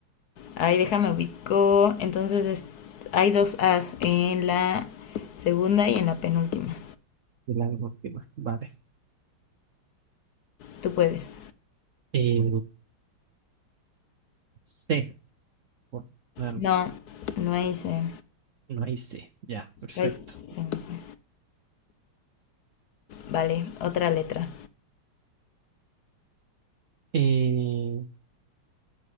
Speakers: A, on the left (about 70°); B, on the right (about 80°).
A: Ahí déjame ubico. Entonces es- hay dos As en la segunda y en la penúltima.
B: Es la última. Vale.
A: Tú puedes.
B: Eh, C. Por poner algo.
A: No, no hice.
B: No hay C. Ya, perfecto.
A: Ay, se me fue. Vale, otra letra.
B: Eh,